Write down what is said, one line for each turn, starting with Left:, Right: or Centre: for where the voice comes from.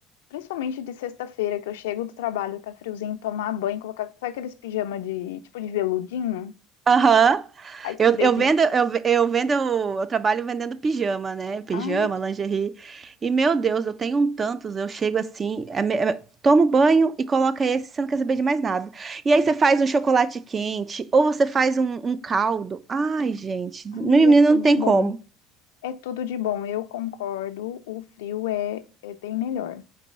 Left: Principalmente de sexta-feira, que eu chego do trabalho, tá friozinho, tomar banho, colocar. Sabe aqueles pijama de tipo de veludinho?
Right: Aham.
Left: Ai,
Right: Eu,
Left: que delícia.
Right: eu vendo, eu, ve- eu vendo, eu trabalho vendendo pijama, né? Pijama,
Left: Ai, que...
Right: lingerie. E meu Deus, eu tenho um tantos, eu chego assim, é me- é- tomo banho e coloca esse, você não quer saber de mais nada. E aí você faz um chocolate quente, ou você faz um, um caldo. Ai, gente, menino,
Left: Ai, é tudo
Right: não tem
Left: de bom.
Right: como.
Left: É tudo de bom. Eu concordo, o frio é, é bem melhor.